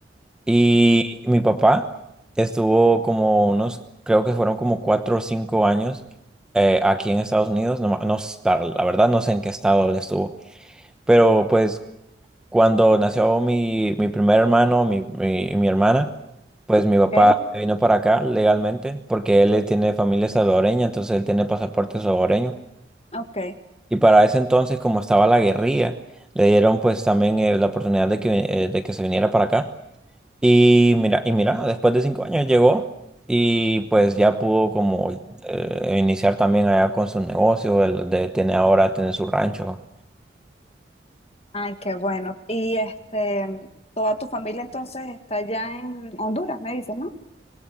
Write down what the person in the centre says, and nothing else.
Y mi papá estuvo como unos, creo que fueron como cuatro o cinco años eh, aquí en Estados Unidos. No, ma- no s- la la verdad no sé en qué estado él estuvo, pero pues cuando nació mi, mi primer hermano, mi, mi, mi hermana, pues mi papá
se vino para acá legalmente porque él eh, tiene familia salvadoreña, entonces él tiene pasaporte salvadoreño.
Y para ese entonces, como estaba la guerrilla, le dieron pues también eh, la oportunidad de que, vi- eh, de que se viniera para acá. Y mira, y mira, después de cinco años llegó y pues ya pudo como eh, iniciar también allá con su negocio, el de, tiene ahora, tiene su rancho.